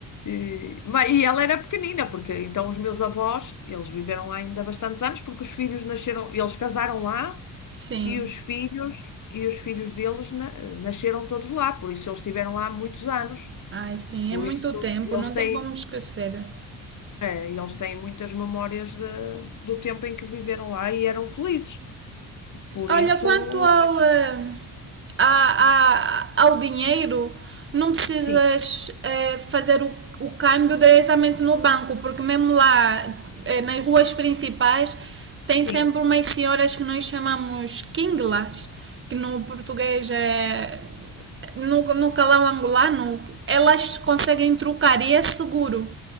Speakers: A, on the left; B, on the right.
A: E, ma- e ela era pequenina, porque então os meus avós, eles viveram lá ainda bastantes anos, porque os filhos nasceram, eles casaram lá.
B: <laughs>
A: E os
B: Sim.
A: filhos, e os filhos deles na- nasceram todos lá, por isso eles estiveram lá há muitos anos.
B: Ai, sim,
A: Por
B: é muito
A: isso
B: tempo,
A: eles
B: não
A: têm,
B: tem como esquecer.
A: é, eles têm muitas memórias de- do tempo em que viveram lá e eram felizes. Por
B: Olha,
A: isso,
B: quanto ao,
A: mas-
B: eh, a- a- ao dinheiro, não precisas
A: sim,
B: eh, fazer o, o câmbio diretamente no banco, porque mesmo lá, eh, nas ruas principais, tem
A: sim.
B: sempre umas senhoras que nós chamamos quinglas, que no português é. No, no calão angolano, elas conseguem trocar e é seguro.